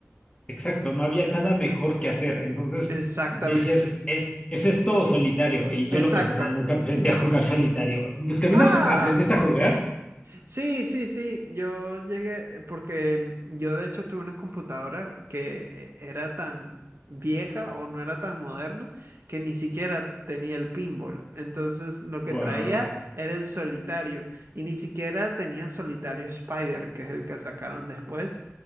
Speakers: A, on the left; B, on the right.
A: Exacto, no había nada mejor que hacer. Entonces
B: Exactamente.
A: decías, es, es esto solitario. Y
B: Exacto.
A: yo, lo personal, nunca aprendí a jugar solitario. Buscaminas,
B: Ah.
A: sup- ¿aprendiste a jugar?
B: Sí, sí, sí, yo llegué porque yo de hecho tuve una computadora que eh, era tan vieja o no era tan moderna que ni siquiera tenía el pinball. Entonces lo
A: Wow.
B: que traía era el solitario y ni siquiera tenía solitario Spider, que es el que sacaron después.